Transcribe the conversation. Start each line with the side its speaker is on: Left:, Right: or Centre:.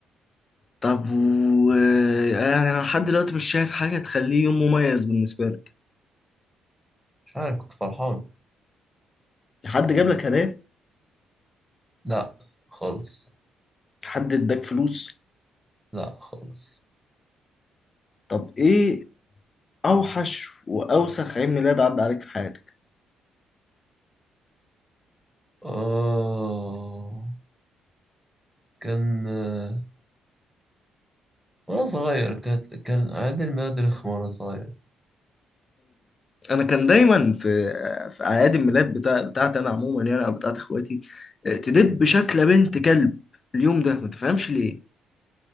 Left: طب و يعني انا لحد دلوقتي مش شايف حاجه تخليه يوم مميز بالنسبه لك
Centre: مش عارف كنت فرحان
Left: حد جاب لك هدايا
Centre: لا خالص
Left: حد اداك فلوس
Centre: لا خالص
Left: طب ايه اوحش واوسخ عيد ميلاد عدى عليك في حياتك
Centre: آه كان آه، وانا صغير كانت كان عندي الماد رخمة وانا صغير
Left: انا كان دايما في في اعياد الميلاد بتاع بتاعتي انا عموما يعني او بتاعت اخواتي آه، تدب شكل بنت كلب اليوم ده ما تفهمش ليه